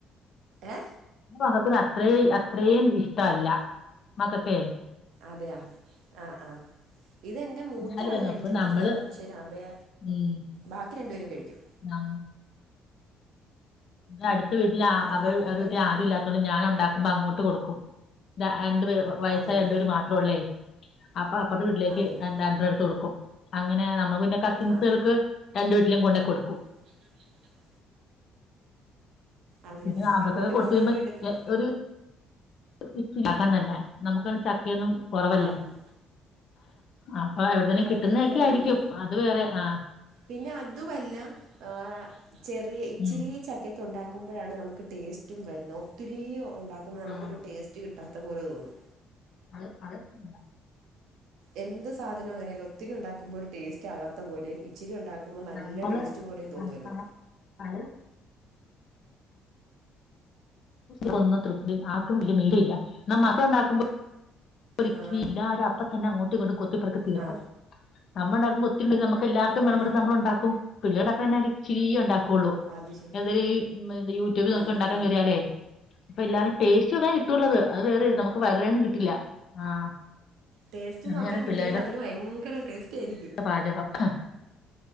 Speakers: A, on the right; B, on the left.
A: എ
B: മകത്തിന് അത്ര അത്രയും ഇഷ്ടല്ല മക്കക്കെ
A: അതെയ ആ ആ ഇതെന്നെ എന്റെ മൂത്ത
B: എന്നാലും
A: ആള് കഴിക്കത്തില്ല
B: അപ്പൊ നമ്മള്
A: പക്ഷെ രാബയ
B: ഉം
A: ബാക്കി രണ്ടു പേരും കഴിക്കും
B: ആഹ് വിടെ അടുത്ത വീട്ടില് ആ
A: അപ്പൊ
B: അവരുടെ
A: നമുക്ക് കഴിക്കാലോ
B: വീട്ടിൽ ആരും ഇല്ലാത്തൊണ്ട് ഞാൻ ഉണ്ടാ അങ്ങോട്ട് കൊടുക്കും രണ്ട് പേര് വയസ്സായ
A: അതെയാ
B: രണ്ടുപേര് മാത്രോള്ളേ അപ്പ അപ്പറത്തെ വീട്ടിലേക്ക്
A: അതെയാ
B: രണ്ട് എടുത്ത് കൊടുക്കും അങ്ങനെ നമ്മള് പിന്നെ കസിൻസുകൾക്ക്
A: ആ
B: രണ്ട് വീട്ടിലും കൊണ്ടയ് കൊടുക്കും.
A: <inaudible> അങ്ങനെ
B: പിന്നെ അവർക്കത്
A: അങ്ങോട്ടും
B: കൊടുത്തിരുമ്പോ
A: ഇങ്ങോട്ടും ഒക്കെ എടുക്കും
B: ഒര് <unintelligible> <unintelligible> നമുക്കത് ചക്കയൊന്നും കൊറവല്ലേ
A: അഹ്
B: അപ്പൊ എവിട്ന്നേലും കിട്ടുന്നക്കെ
A: ഉണ്ടെങ്കിലേ
B: ആയിരിക്കും
A: ഉള്ളൂ
B: അത് വേറെ ആഹ്
A: പിന്നെ അതു വല്ല ആഹ് ചെറിയ ഇച്ചിരി
B: ഉം
A: ഈ ചക്കൊക്കെ ഉണ്ടാക്കുമ്പോഴാണ് നമുക്ക് ടേസ്റ്റും വരുന്നത് ഒത്തിരിയ ഉണ്ടാക്കുമ്പോൾ നമുക്ക്
B: ആഹ്
A: ഒരു ടേസ് റ്റ് കിട്ടാത്ത പോലെ തോന്നും.
B: അത് അത് ഇല്ല
A: എന്ത് സാധന അങ്ങനോലും ഒത്തിരി ഉണ്ടുമ്പോ ഒരു ടേസ്റ്റ് ആകാത്ത പോലേം ഇച്ചിരി ഇണ്ടാക്കു ക്കുമ്പോ നല്ല
B: നമ്മള്
A: ടേസ്റ്റ് പോലെ തോന്നുമല്ലോ
B: അത് അത് കു ഒന്നു തൃപ്തി ആക്ക <unintelligible> ന്ന മക്ക ഉണ്ടാക്കുമ്പോ കു
A: ആ
B: ഇല്ലാരും അപ്പ തന്നെ അങ്ങോട്ടും ഇങ്ങോട്ടും കൊത്തിപ്പെറക്കി തീർക്കും
A: ആ
B: അമ്മ ഇണ്ടകു ക്ക്ണ്ടെങ്കി നമക്ക് എല്ലർക്കും
A: ആ
B: വേണ നമ്മള് ഇണ്ടാക്കും പിള്ളീടൊക്കെന്നെ ഇച്ചിരി ഇണ്ടാക്കുകുള്ളൂ.
A: അത് ശരി
B: എന്തേലും യൂട്യൂബിൽ
A: ആ
B: നോക്കി ഉണ്ടാക്കാൻ
A: ആ
B: കേറിയാലെ അപ്പൊ എല്ലാരും ടേസ്റ്റ് ഒന്ന കിട്ടുള്ളത് അത് വേറെ നമുക്ക് വളറെയൊന്നും കിട്ടില്ല ആഹ്
A: ടേസ്റ്റ്
B: അങ്ങനെയാണ്
A: നോക്കാൻ കിട്ടിയാല
B: പിള്ളേരുടെ
A: അതിന് ഭയങ്കര ടേസ്റ്റ് ആയിരിക്കും.
B: <unintelligible>